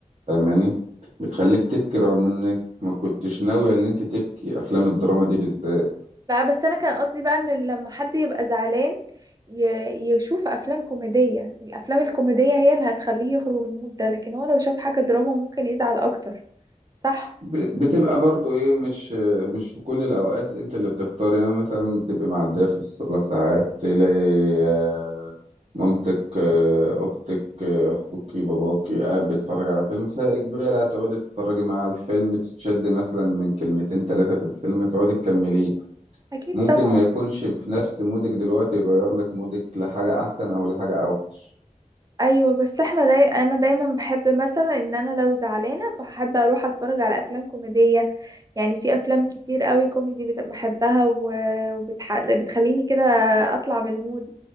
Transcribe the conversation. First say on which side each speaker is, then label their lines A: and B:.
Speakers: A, on the right (about 55°); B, on the right (about 30°).
A: فاهماني بتخليك تبكي رغم انك ما كنتش ناوية اللي انت تبكي افلام الدراما دي بالذات
B: بقى بس انا كان قصدي بقى ان لما حد يبقى زعلان ي... يشوف افلام كوميدية الافلام الكوميدية هي اللي هتخليه يخرج من المود ده لكن هو لو شاف حاجة دراما ممكن يزعل اكتر صح
A: ب- بتبقى برضو ايه مش مش في كل الاوقات انت اللي بتختار يعني مثلا بتبقى معدية في الصالة ساعات تلاقي آه، مامتك آه، اختك آه، اخوكي باباكي قاعد بيتفرج على فيلم فاجباري هتقعدي تتفرجي مع الفيلم تتشد مثلا من كلمتين ثلاثة في الفيلم تقعدي تكمليه
B: اكيد
A: ممكن
B: طبعا
A: ما يكونش في نفس مودك دلوقتي يغير لك مودك لحاجة احسن او لحاجة اوحش
B: ايوه بس احنا داي... انا دايما بحب مثلا ان انا لو زعلانة فحب اروح اتفرج على افلام كوميدية يعني في افلام كتير قوي كوميدي بت- بحبها و- وبتح... بتخليني كده اطلع من المود